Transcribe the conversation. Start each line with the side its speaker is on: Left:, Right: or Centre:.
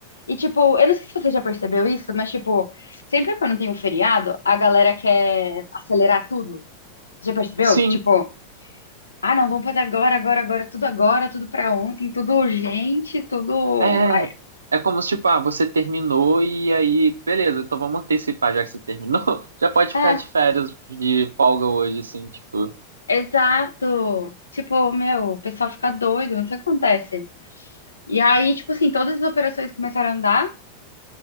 Left: E, tipo, eu não sei se você já percebeu isso, mas, tipo, sempre quando tem um feriado, a galera quer acelerar tudo. Já percebeu?
Right: sim,
Left: Tipo, ah, não, vamos fazer agora, agora, agora, tudo agora, tudo pra ontem, tudo urgente, tudo.
Right: É,
Left: Ai,
Right: é como se, tipo, ah, você terminou e aí, beleza, então vamos antecipar, já que você terminou, <laughs> já pode
Left: É,
Right: ficar de férias, de folga hoje, assim, tipo.
Left: exato. Tipo, meu, o pessoal fica doido, não sei o que acontece. E aí, tipo assim, todas as operações começaram a andar.